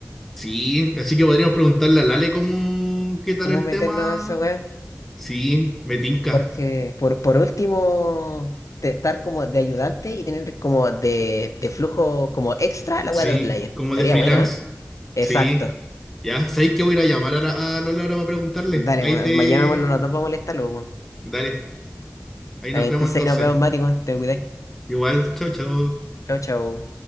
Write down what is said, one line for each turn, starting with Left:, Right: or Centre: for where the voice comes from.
Centre: Sí, así que podríamos preguntarle a Lale cómo, qué tal
Left: ¿Cómo
Centre: el
Left: meternos
Centre: tema
Left: a esa weá?
Centre: Sí, me tinca.
Left: Porque por, por último, de estar como de ayudante y tener como de, de flujo como extra la
Centre: Sí,
Left: weá de Outlier.
Centre: como
Left: Estaría
Centre: de freelance.
Left: buena, ¿eh? Exacto.
Centre: Sí, ya. ¿Sabéis que voy a ir a llamar a la, a la Laura para preguntarle?
Left: Dale,
Centre: Ahí
Left: weón,
Centre: te...
Left: llamémoslo los dos para molestarlo, weón.
Centre: Dale, ahí nos
Left: Dale,
Centre: vemos
Left: Entonces
Centre: entonces.
Left: ahí nos vemos, Mati, weón. Te cuidáis.
Centre: Igual, chao, chao.
Left: Chau, chau.